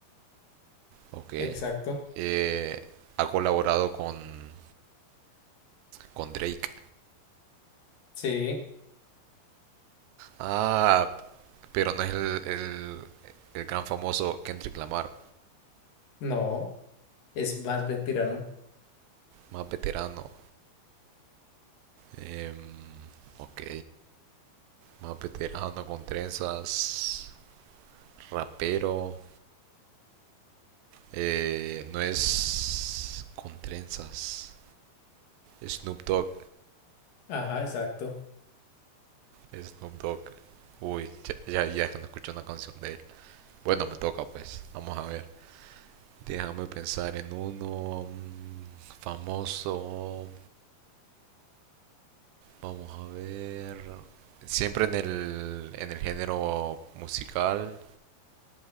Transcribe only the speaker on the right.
Ok.
Eh, ha colaborado con, con Drake.
Ah, pero no es el, el, el gran famoso Kendrick Lamar,
más veterano. Em, ok, más veterano con trenzas, rapero. Eh, no es con trenzas. Snoop Dogg,
Snoop Dogg. Uy, ya, ya, ya que no escucho una canción de él. Bueno, me toca pues. Vamos a ver. Déjame pensar en uno mm, famoso. Vamos a ver. Siempre en el, en el género musical.